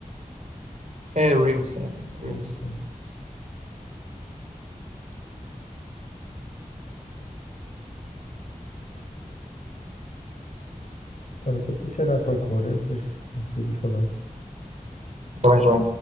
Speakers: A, on the right; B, on the left.
A: É rims, é. Rims.
B: Ah, ok. Olha, vou te deixar à procura, depois, depois falamos.
A: Também já.